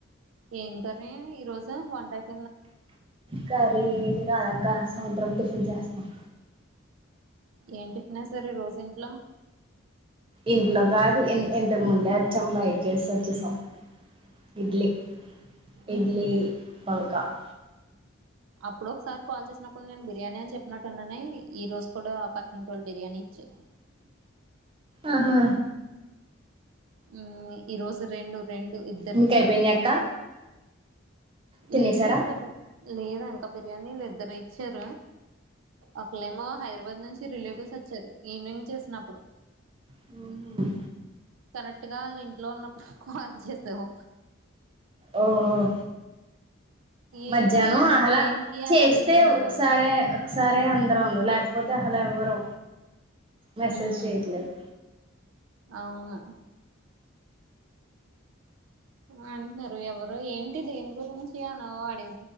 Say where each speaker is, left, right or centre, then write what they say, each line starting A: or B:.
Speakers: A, on the right (about 75°); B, on the right (about 25°).
A: ఏం కర్రీ ఈరోజు వన్టై పొ
B: కరి నక్క సాయంత్రం టిఫిన్ చేస్తాం.
A: ఏంటిఫిన సార్ ఈ రోజు ఇంట్లో
B: ఇంట్లో కాదు ఎంతకు ముందే వచ్చం బయటచేసి వచ్చేసాం. ఇడ్లీ ఇడ్లీ
A: ఉహు
B: బాంకా <inaudible>
A: అప్పుడు ఒకసారి కాల్ చేసినప్పుడు నేను బిర్యానీ అని చెప్పినట్టున్నానే. ఈ రోజు కూడా పక్కింటోలు బిర్యానీ ఇచ్చారు
B: ఆహా
A: మ్మ్ ఈ రోజు రెండు రెండు ఇద్దరు
B: మీకు
A: ఇచ్చారు
B: అయిపోయింది అక్క తినేసారా
A: లేదు ఇంకా లేదా ఇంకా బిర్యానీలు ఇద్దరు ఇచ్చారు ఒకలేమో హైదరాబాద్ నుంచి రిలేటివ్స్ వచ్చారు ఈవెనింగ్ చేసినప్పుడు
B: హ్మ్ హు
A: కరెక్ట్గా వాళ్ళు ఇంట్లో ఉన్నప్పుడు కాల్ చేసావు
B: ఓ ఓ మధ్యాహ్నం
A: ఏంటి
B: అలా
A: దేనికి అని
B: చేస్తే
A: అడుగుతున్నారు
B: ఒకసారి
A: వాళ్ళు
B: ఒకసారి రే అందర ఉండ లేకపోతే అసలు ఎవరు మెసేజ్
A: ఉమ్
B: చెయ్యట్లేదు
A: అవును అంటున్నారు ఎవరు ఏంటి దేని గురించి అన ఓ అడి